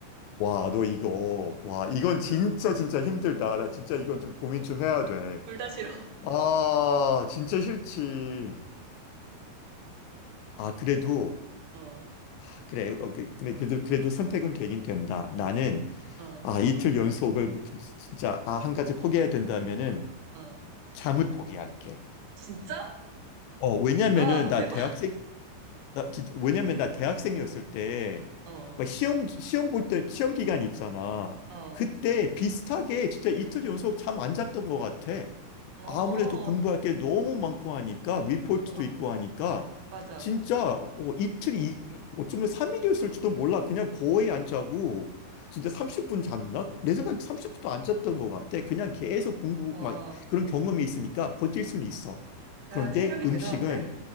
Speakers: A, on the left; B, on the right.
A: 와, 너 이거, 와, 이건 진짜 진짜 힘들다. 나 진짜 이건 좀 고민 좀 해야 돼.
B: 둘 다 싫어. <laughs>
A: 아, 진짜 싫지. 아, 그래도,
B: 어,
A: 아, 그래, 어, 그- 그 그래도, 그래도 선택은 되긴 된다. 나는,
B: 어,
A: 아, 이틀 연속을 진짜, 아, 한 가지 포기해야 된다면은,
B: 어.
A: 잠을 포기할게.
B: 진짜?
A: 어, 왜냐면은,
B: 와,
A: 나
B: <laughs> 대박.
A: 대학생, 나 진짜 왜냐면 나 대학생이었을 때
B: 어,
A: 막 시험 시험 볼 때 시험 기간 있잖아.
B: 어,
A: 그때 비슷하게 진짜 이틀 연속 잠 안 잤던 것 같아.
B: 어,
A: 아무래도 공부할 게 너무 많고 하니까 리포트도
B: 어,
A: 있고 하니까
B: 맞아.
A: 진짜 어, 이틀 이 이- 어쩌면 3일이었을지도 몰라. 그냥 거의 안 자고 진짜 30분 잤나? 내 생각에 30분도 안 잤던 것 같아. 그냥 계속 공부
B: 와.
A: 막 그런 경험이 있으니까 버틸 수는 있어. 그런데
B: 야, 체력이
A: 음식은
B: 대단한데?